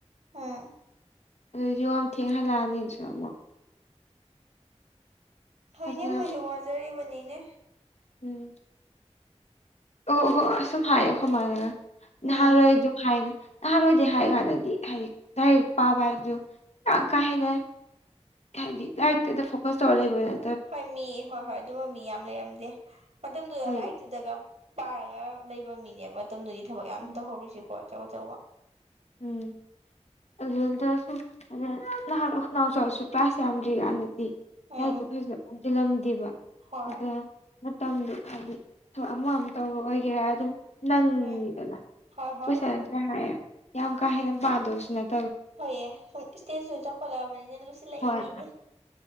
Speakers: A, on the right (about 70°); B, on the left (about 65°).
A: ꯑ
B: ꯑꯗꯨꯗꯤ ꯌꯥꯝ ꯊꯦꯡ ꯍꯜꯂꯛꯑꯅꯤꯁꯨꯔ ꯑꯃꯨꯛ
A: ꯇꯦꯖꯤꯟ
B: ꯑꯗꯨꯅ
A: ꯃꯣꯏꯁꯨ ꯋꯥꯖꯔꯤꯕꯅꯤꯅꯦ꯫
B: ꯎꯝ ꯎꯃ ꯍꯣ ꯑꯁꯨꯝ ꯍꯥꯏꯌꯦ ꯑꯩꯈꯣꯏꯃꯅ ꯅꯍꯥꯟꯋꯥꯏꯗꯨ
A: ꯎꯝ
B: ꯊꯥꯏꯅ ꯄꯔꯣꯏꯗꯤ ꯍꯥꯏ ꯂꯥꯏꯔꯤꯛ ꯄꯥꯕ ꯍꯥꯏꯗꯨ ꯌꯥꯝ ꯀꯥ ꯍꯦꯟꯅ ꯍꯥꯏꯗꯤ ꯂꯥꯏꯔꯤꯛꯇꯗ ꯐꯣꯀꯁ ꯇꯧꯔꯒ ꯂꯩꯕ꯭ꯔꯅ
A: ꯍꯣꯏ ꯃꯤ ꯍꯣꯏ ꯍꯣꯏ ꯑꯗꯨꯝꯕ ꯃꯤ ꯌꯥꯝ ꯂꯩꯔꯝꯗꯦ ꯃꯇꯝꯗꯨꯗ
B: ꯍꯣꯏ
A: ꯂꯥꯏꯔꯤꯛꯇꯨꯗꯒ ꯄꯔꯒ ꯂꯩꯕ ꯃꯤꯅꯦ ꯃꯇꯝꯗꯨꯒꯤ ꯊꯕꯛ ꯌꯥꯝ
B: ꯎꯝ
A: ꯇꯧꯍꯧꯔꯤꯁꯤꯀꯣ ꯑꯆꯧ ꯑꯆꯧꯕ
B: ꯎꯝ ꯑꯗꯨꯅ ꯁꯨꯝ ꯅꯍꯥꯟꯋꯏ ꯑꯩꯈꯣꯏꯅꯎꯆꯥ ꯍꯣꯏꯈꯤꯁꯨ ꯀꯂ꯭ꯥꯁ ꯌꯝꯗꯔ꯭ꯤꯀꯟꯗꯗꯤ꯫
A: ꯎꯝ
B: ꯂꯥꯏꯔꯤꯛꯇ ꯐꯖꯅ ꯑꯣꯟꯖꯤꯜꯂꯝꯗꯦꯕ
A: ꯍꯣꯏ
B: ꯑꯗꯨꯅ ꯃꯇꯝꯗꯨ ꯍꯥꯏꯗꯤ ꯊꯕꯛ ꯑꯃ ꯑꯝ ꯇꯧꯔꯔꯣꯏꯒꯦ ꯍꯥꯏꯔ ꯑꯗꯨꯝ ꯅꯪ
A: ꯎꯝ
B: ꯅꯤꯗꯅ
A: ꯍꯣꯏ ꯍꯣꯏ
B: ꯀꯣꯏꯁꯟ ꯑꯅꯁ꯭ꯔ ꯍꯥꯏꯔꯦ ꯌꯥꯝ ꯀꯥ ꯍꯦꯟꯅ ꯄꯗꯨꯕꯁꯨ ꯅꯠꯇꯦ꯫
A: ꯍꯣꯏꯑꯦ ꯁꯨꯝ ꯏꯁꯇꯦꯖꯇꯨ ꯆꯥꯎꯈꯠꯂꯛꯑꯕꯅꯤꯅꯦ ꯂꯨꯁꯤꯜꯂꯛ
B: ꯍꯣꯏ
A: ꯏꯅꯤꯅꯦ꯫